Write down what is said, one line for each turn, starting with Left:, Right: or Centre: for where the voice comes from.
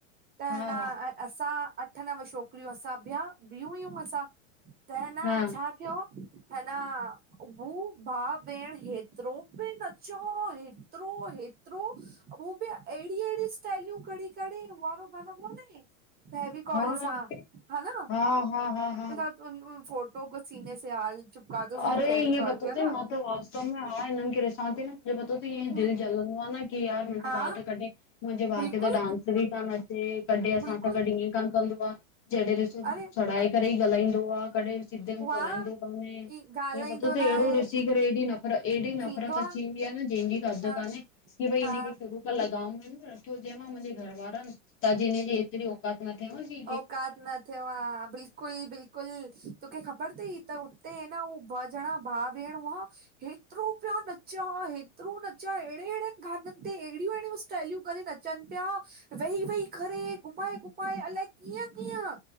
Right: त अ
Left: हा
Right: न
Left: हा
Right: असां अठ नव छोकरियूं असां ॿिया, बियूं हुयूं असां। त हिन
Left: हा हा
Right: छा कियो, है ना हू भाउ भेण हेतरो पे नचो, हेतरो हेत् हेतरूं, हू बि एड़ी एड़ी स्टाइल्यूं कड़े कड़े, हू वाड़ो गानो कोन्हें फैवीकॉल
Left: हा
Right: सां, हां न
Left: हा हा हा
Right: तो उन फोटो को सीने से आज, चिपका दो सीधे
Left: अरे
Right: फेविकोल
Left: ईअं पतो
Right: से, है
Left: तई
Right: न
Left: मां त वास्तव में आ हिननि खे ॾिसां थी न, मुंहिंजो पतो तई इअ
Right: हम्म
Left: दिल जलंदो आ न यार मुंहिंजे
Right: हा
Left: भा त कढे, मुंहिंजे भा
Right: बिल्कुल
Left: खे त कडी डांस बि कान अ कॾहं असां
Right: बिल्कुल
Left: सां गॾु ईएं कान कंदो आ, जॾअं ॾिसो
Right: अरे
Left: सड़ाए करे ई ॻाल्हाईंदो आ, कॾहं सिद्धे मुं
Right: वाह
Left: गालाईदो कोन हे।
Right: ॻाल्हाईंदो
Left: ईअ पतो तई
Right: न आहे
Left: अहिड़ो ॾिसी करे हेॾी नफ़रत एॾी नफ़रत
Right: थींदो
Left: अची
Right: आहे
Left: वेंदी आ न जंहिंजी का हद
Right: हा
Left: कान्हे। कि भई
Right: हा
Left: हिन खे शुरू खां लगाम में न रखियो हुजे हां मुंहिंजे घर वारनि त अॼ हिन जी हेतिरी औ कात न थेव आं कि
Right: औकात न थेव आं, बिल्कुल बिल् कुल। तोखे ख़बर तई त हुते ह न हू ब जणा भाउ भेण हुआ हेतिरो पिया नचां, हेतिरो नचां, हेड़े हेड़े गानन ते, हेड़ियूं हेड़ियूं टाइल्यूं करे नचनि प्या। वेही वेही करे, घुमाए- घुमाए अलाए कीअं कीअं